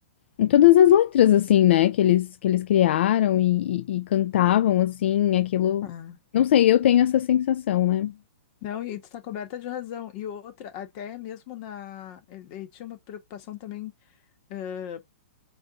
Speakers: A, on the left; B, on the left.
A: em todas as letras, assim, né, que eles, que eles criaram e, e- e cantavam, assim, aquilo.
B: Ah.
A: Não sei, eu tenho essa sensação, né?
B: Não, e tu está coberta de razão. E outra, até mesmo na. Ele ele tinha uma preocupação também ãh,